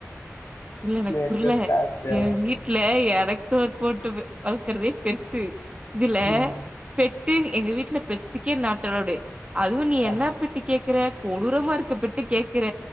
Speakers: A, on the right; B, on the left.
A: இல்ல
B: ஸ்னேக்கு
A: எனக் புர்ல
B: ஸ்டார்ட் ஆகும்
A: ஏ வீட் இல்ல எனக் சோறு போட்டு வளக்கற்தே பெர்சு இதுல
B: ம்,
A: பெட்டு எங்க வீட்ல பெட்ஸ்க்கே நாட் அலோவ்டு அதுவு நீ
B: அ,
A: என்ன பெட்டு கேக்குற கொடூரமா இருக்க பெட்டு கேக்குற